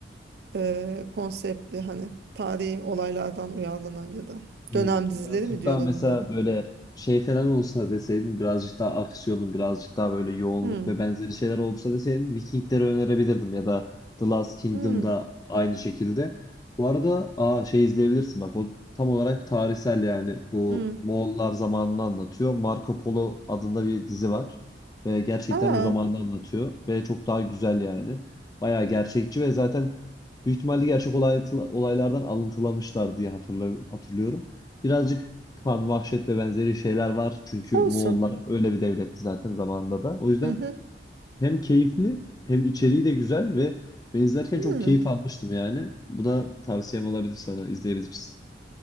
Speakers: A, on the right (about 65°); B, on the left (about 20°).
A: e, konseptli hani tarihi olaylardan uyarlanan ya da
B: Hmm,
A: dönem dizileri
B: birazcık
A: mi diyorlar
B: daha mesela
A: onlara?
B: böyle şey falan olsa deseydin birazcık daha aksiyonun birazcık daha böyle yoğunluk
A: Hmm.
B: ve benzeri şeyler olsa deseydin Vikingleri önerebilirdim ya da The Last Kingdom'da
A: Hmm.
B: aynı şekilde. Bu arada aa, şey izleyebilirsin bak o tam olarak tarihsel yani bu
A: Hmm.
B: Moğollar zamanını anlatıyor. Marco Polo adında bir dizi var ve gerçekten
A: Aa,
B: o zamanını anlatıyor ve çok daha güzel yani. Bayağı gerçekçi ve zaten büyük ihtimalle gerçek olay, olaylardan alıntılamışlar diye hatırla, hatırlıyorum. Birazcık kan, vahşet ve benzeri şeyler var. Çünkü
A: olsun.
B: Moğollar öyle bir devletti zaten zamanında da. O yüzden
A: Hı hı.
B: hem keyifli hem içeriği de güzel ve ben izlerken
A: Hmm.
B: çok keyif almıştım yani. Bu da tavsiyem olabilir sana izleyebilirsin.